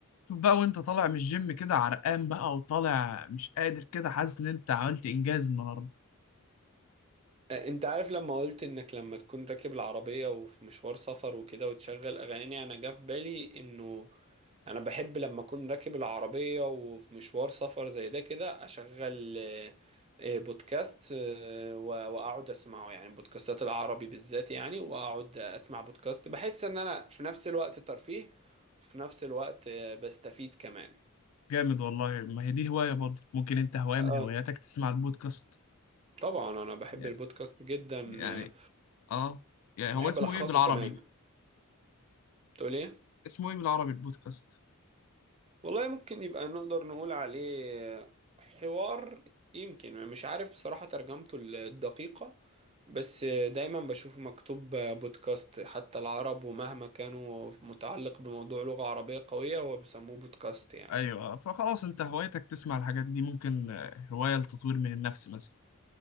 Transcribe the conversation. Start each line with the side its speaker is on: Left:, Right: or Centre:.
Left: شوف بقى وانت طالع من الجيم كده عرقان بقى وطالع مش قادر كده حاسس ان انت عملت انجاز النهارده
Right: آه، انت عارف لما قلت انك لما تكون راكب العربية وفي مشوار سفر وكده وتشغل اغاني انا جه في بالي انه انا بحب لما اكون راكب العربية وفي مشوار سفر زي ده كده اشغل آه، آه، بودكاست آه، و- واقعد اسمعه يعني بودكاستات العربي بالذات يعني واقعد اسمع بودكاست بحس ان انا في نفس الوقت ترفيه وفي نفس الوقت آه، بستفيد كمان
Left: جامد والله ما هي دي هواية برضه ممكن انت هواية
Right: اه
Left: من هواياتك تسمع البودكاست
Right: طبعا انا بحب
Left: يعني
Right: البودكاست جدا
Left: يعني
Right: آه،
Left: اه يعني
Right: بحب
Left: هو اسمه
Right: الخصه
Left: ايه بالعربي
Right: كمان بتقول ايه
Left: اسمه ايه بالعربي البودكاست
Right: والله ممكن يبقى نقدر نقول عليه حوار يمكن مش عارف بصراحة ترجمته الدقيقة بس آه، دايما بشوف مكتوب آه، بودكاست حتى العرب ومهما كانوا متعلق بموضوع لغة عربية قوية هو بيسموه بودكاست يعني
Left: ايوه آه. فخلاص انت هوايتك تسمع الحاجات دي ممكن آه، هواية لتطوير من النفس مثلا